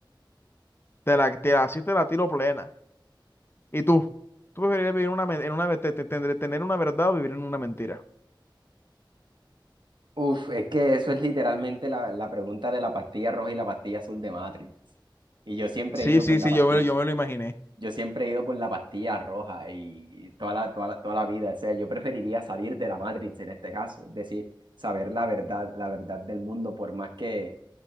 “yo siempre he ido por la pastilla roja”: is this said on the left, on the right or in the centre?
Right